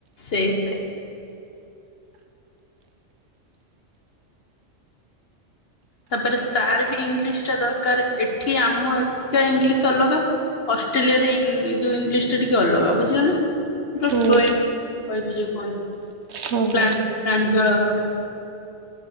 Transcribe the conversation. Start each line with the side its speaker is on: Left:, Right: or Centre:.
Left: ସେଇ <unintelligible> ତାପରେ ସାର୍ ବି ଇଂଲିଶ ଟା ଦରକାର ଏଠି ଆମ ଏଠିକା ଇଂଲିଶ ଅଲଗା। ଅଷ୍ଟ୍ରେଲିଆରେ ଯୋଉ ଇଂଲିଶ ଟା ଟିକେ ଅଲଗା ବୁଝିଲ ନା। <unintelligible>
Right: ହୁଁ
Left: କହିବି ଯୋଉ କୁହନ୍ତି
Right: ହଁ ହଁ।
Left: ପ୍ରାଞ୍ଜଳ ଭାବେ।